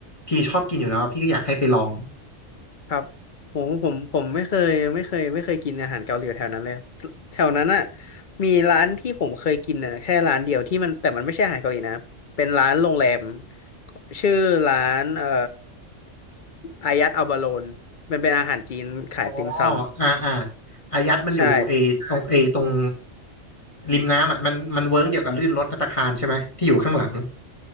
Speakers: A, on the left; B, on the left.
A: พีชอบกินอยู่แล้วพี่ก็อยากให้ไปลอง
B: ครับผมผมผมไม่เคยไม่เคยไม่เคยกินอาหารเกาหลีแถวนั้นเลยแถวนั้นอ่ะมีร้านที่ผมเคยกินอ่ะแค่ร้านเดียวที่มันแต่มันไม่ใช่อาหารเกาหลีนะเป็นร้านโรงแรมชื่อร้านเอ่ออายัดอัลบาโลนมันเป็นอาหารจีนขายติ่มซ
A: อ๋ออ่าอ่าอายัดมันอยู่ไอ้ตรงไอ้ตรง
B: ำใช่
A: ริมน้ำอ่ะมันมันเวิ้งเดียวกับลื่นรถภัตตาคารใช่ไหมที่อยู่ข้างหลัง